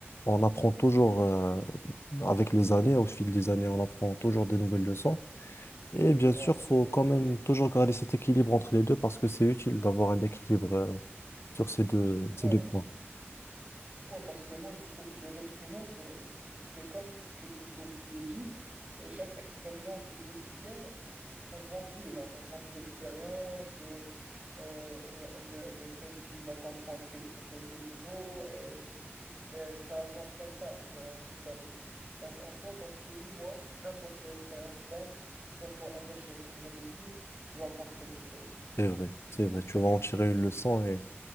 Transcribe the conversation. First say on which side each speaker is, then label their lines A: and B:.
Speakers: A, on the left (about 70°); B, on the right (about 30°).
A: on apprend toujours, euh, avec les années, au fil des années, on apprend toujours des nouvelles leçons. Et bien
B: ouais,
A: sûr, faut
B: effectivement.
A: quand même toujours garder cet équilibre entre les deux, parce que c'est utile d'avoir un équilibre, euh, sur ces deux,
B: Ouais.
A: ces deux points.
B: Ouais, parce que moi, je trouve que l'être humain, c'est, c'est comme quelque chose qui est vide et chaque expérience du quotidien, ça se remplit, genre, ça se remplit d'expériences, de, euh, le, le fait qu'il va comprendre quelque chose de nouveau et, et ça avance comme ça durant toute sa vie. Donc, en soi, comme je t'ai dit, moi, n'importe quelle expérience compte, que ce soit un échec ou une réussite, tu vas apprendre quelque chose.
A: C'est vrai, c'est vrai. Tu vas en tirer une leçon et